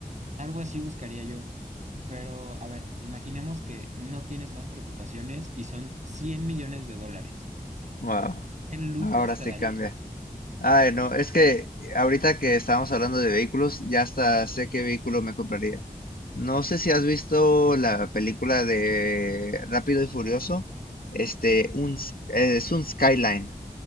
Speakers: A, on the right (about 55°); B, on the left (about 75°).
A: algo así buscaría yo. Pero, a ver, imaginemos que no tienes más preocupaciones y son 100 millones de dólares.
B: Wow.
A: ¿Qué lujos
B: Ahora sí
A: te darías?
B: cambia. Ay, no, es que ahorita que estábamos hablando de vehículos, ya hasta sé qué vehículo me compraría. No sé si has visto la película de Rápido y Furioso. Este, un, s- eh, es un Skyline.